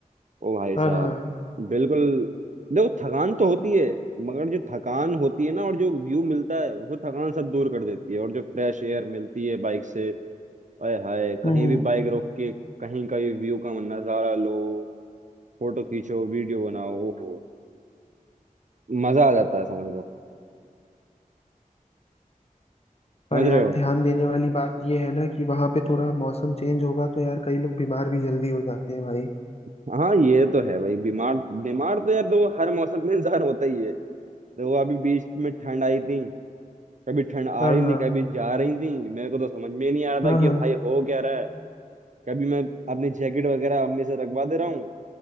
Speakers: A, on the right (about 60°); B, on the left (about 45°).
A: ओ भाई
B: हाँ
A: साहब
B: हाँ
A: बिल्कुल देखो थकान तो होती है मगर जो थकान होती है ना और जो व्यू मिलता है वो थकान सब दूर कर देती है और जो फ्रेश एयर मिलती है बाइक से अय हाय कहीं
B: हम्म हम्म।
A: भी बाइक रोक के कहीं का भी व्यू का नजारा लो फोटो खींचो वीडियो बनाओ ओहो मजा आ जाता है समझ लो समझ
B: पर
A: रहे
B: यार
A: हो
B: ध्यान देने वाली बात ये है ना कि वहां पे थोड़ा मौसम चेंज होगा तो यार कई लोग बीमार भी जल्दी हो जाते हैं भाई
A: हाँ ये तो है भाई बीमार बीमार तो यार देखो हर मौसम में <laughs> इंसान होता ही है देखो अभी बीच में ठंड आई थी कभी ठंड आ
B: हाँ
A: रही
B: हाँ
A: थी कभी जा रही थी मेरे को तो समझ में नहीं आ रहा
B: हाँ
A: था कि
B: हाँ
A: भाई हो क्या रहा है कभी मैं अपनी जैकेट वगैरह अम्मी से रखवा दे रहा हूँ